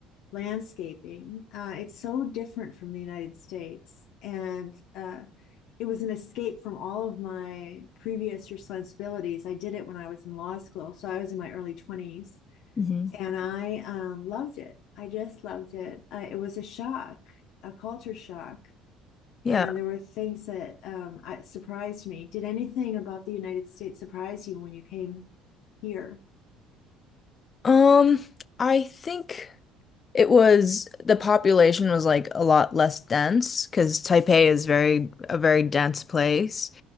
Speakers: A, on the left; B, on the left.
A: landscaping, uh, it's so different from the United States. And uh, it was an escape from all of my previous responsibilities. I did it when I was in law school, so I was in my early 20s
B: hmm
A: and I um, loved it. I just loved it. Uh, it was a shock, a culture shock
B: Yeah.
A: and there were things that um, surprised me. Did anything about the United States surprise you when you came here?
B: Um, I think it was the population was like a lot less dense because Taipei is very a very dense place.